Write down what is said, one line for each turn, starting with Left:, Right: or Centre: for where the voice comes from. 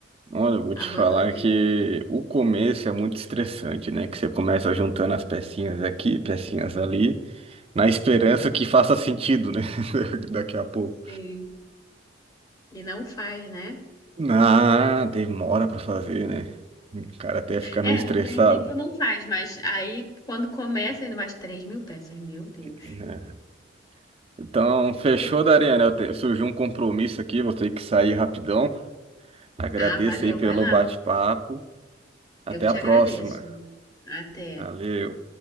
Right: Olha, eu vou te
Left: Abandonei.
Right: falar que o começo é muito estressante, né? Que você começa juntando as pecinhas aqui, pecinhas ali, na esperança
Left: Uhum.
Right: que faça sentido, né? <laughs> Daqui a pouco.
Left: Sim. E não faz, né?
Right: Ah, demora pra fazer, né? O cara até fica meio
Left: É,
Right: estressado.
Left: no princípio não faz, mas aí quando começa ainda mais 3 mil peças, meu Deus.
Right: né? Então, fechou,
Left: E-
Right: Dariana. Eu te- Surgiu um compromisso aqui, vou ter que sair rapidão. Agradeço
Left: Ah, valeu,
Right: aí pelo
Left: vai lá.
Right: bate-papo. Até
Left: Eu que te
Right: a próxima.
Left: agradeço. Até.
Right: Valeu.